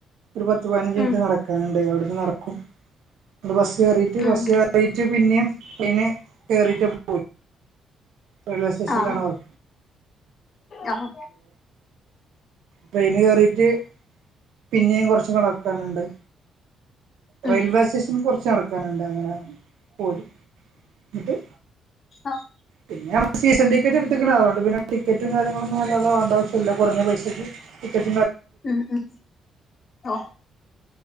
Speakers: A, on the right; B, on the left.
A: ഒരു പത്ത് പതിനഞ്ച് മിനിറ്റ്
B: ഉം
A: നടക്കാനുണ്ട്. നടക്കും ബസ്സ്
B: ഉം
A: ബസ് കറിട്ട് പിന്നേ അയിന് കേറീട്ട് പോ റെയിൽവേറ്റേഷനിലാണ്
B: ആഹ്
A: അവർ.
B: ആഹ്.
A: ട്രെയിന് കേയറീട്ട് പിന്നെയും കുറച്ചും കടക്കാനുണ്ട്. റെയിൽവേ
B: ഉം
A: സ്റ്റേഷൻ കുറച്ച് നടക്കാനുണ്ട് അങ്ങനെ പോലും എന്നിട്ട്.
B: ആഹ്
A: പിന്നെ നമ്മ സീസൺ ടിക്കറ്റ് എടുത്ത്ക്കണ് അതുകൊണ്ട് പിന്നെ ടിക്കറ്റ് കാര്യങ്ങളൊന്നും അല്ലാതെ വേണ്ട ആവശ്യമില്ലല്ല കുറഞ്ഞ പൈസയ്ക്ക് ടിക്കറ്റ്.
B: ഉം ഉം ഓ